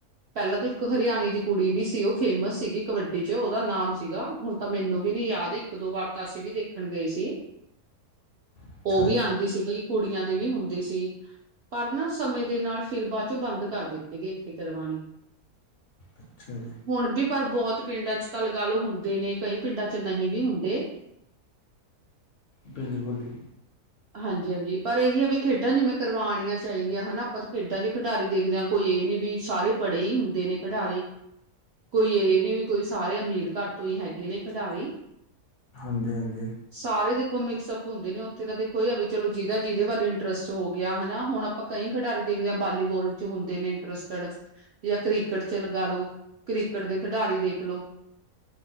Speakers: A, on the right; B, on the left.
A: ਪੈਲਾਂ ਤਾ ਇੱਕ ਹਰਿਆਣੇ ਦੀ ਕੁੜੀ ਵੀ ਸੀ ਓ ਫੇਮਸ ਸੀਗੀ ਕਬੱਡੀ ਚ ਓਦਾ ਨਾਮ ਸੀਗਾ, ਹੁਨ ਤਾ ਮੈਨੂੰ ਵੀ ਨੀ ਯਾਦ ਇੱਕ ਦੋ ਵਾਰ ਤਾ ਅਸੀ ਵੀ ਦੇਖਣ ਗਏ ਸੀ।
B: ਅੱਛਾ
A: ਓ ਵੀ
B: ਜੀ,
A: ਆਂਦੀ ਸੀਗੀ ਕੁੜੀਆਂ ਦੇ ਵੀ ਹੋਂਦੇ ਸੀ। ਪਰ ਨਾ ਸਮੇਂ ਦੇ ਨਾਲ ਫੇਰ ਬਾਚੋਂ ਬਾਂਦ ਕਾਰ ਦਿੱਤੇ ਗਏ, ਇੱਥੇ ਕਰਵਾਨੇ।
B: ਅੱਛਾ ਜੀ।
A: ਹੁਨ ਵੀ ਪਰ ਬੋਹਤ ਪਿੰਡਾਂ ਚ ਤਾ ਲਗਾ ਲਓ ਹੁੰਦੇ ਨੀ ਕਈ ਪਿੰਡਾਂ ਚ ਨਹੀਂ ਵੀ ਹੁੰਦੇ।
B: ਬਿੱਲਕੁਲ ਜੀ।
A: ਹਾਂਜੀ-ਹਾਂਜੀ ਪਰ ਇਹੀ ਆ ਵੀ ਖੇਡਾਂ ਜਿਵੇਂ ਕਰਵਾਣੀਆਂ ਚਾਹੀਦੀਆ ਹਨਾ ਆਪਾ ਖੇਡਾਂ ਜੇ ਖਿਡਾਰੀ ਦੇਖਦੇ ਹਾਂ ਕੋਈ ਏ ਨੀ ਵੀ ਸਾਰੇ ਪੜ੍ਹੇ ਈ ਹੁੰਦੇ ਨੇ ਖਡਾਰੀ। ਕੋਈ ਏ ਨੀ ਵੀ ਕੋਈ ਸਾਰੇ ਅਮੀਰ ਘਾੱਰ ਤੋ ਈ ਹੈਗੇ ਨੇ ਖਡਾਰੀ।
B: ਹਾਂਜੀ ਹਾਂਜੀ।
A: ਸਾਰੇ ਦੇਖੋ ਮਿਕਸਅਪ ਹੋਨਦੇ ਨੇ ਓਥੇ ਤਾਂ ਦੇਖੋ ਏਆ ਵੀ ਚਲੋ ਜਿਦਾ ਜਿੱਦੇ ਵੱਲ ਇੰਟਰਸਟ ਹੋ ਗਯਾ ਹਨਾ, ਹੋਣ ਆਪਾਂ ਕਈ ਖਡਾਰੀ ਦੇਖਦੇ ਹਾਂ ਬਾਲੀਵੋਲ ਜੋ ਹੁੰਦੇ ਨੇ ਇਨਟ੍ਰਸਟਡ ਯਾ ਕ੍ਰਿਕਟ ਚ ਲਗਾ ਲਓ, ਕ੍ਰਿਕਟ ਦੇ ਖਡਾਰੀ ਦੇਖ ਲੋ।